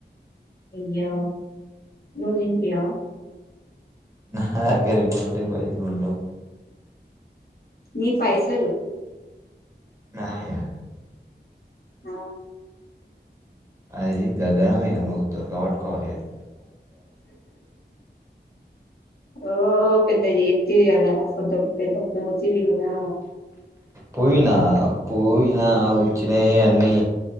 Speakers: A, on the left (about 55°); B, on the right (about 15°).
A: అయ్యో నువ్ దిన్పియ్యవా
B: నాగ్గర ఎప్పుడు ఉంటై పైసల్ ఉండవ్
A: మీ పైసలు
B: నాయా
A: ఆ
B: అది గగనమే నువ్వు దుర్గ పట్టుకోవాలి అది
A: ఓ పెద్ద చేత్తివి కదా పెద్ద పోతివి కదా
B: పోయినా పోయినా వచ్చినవి అన్నీ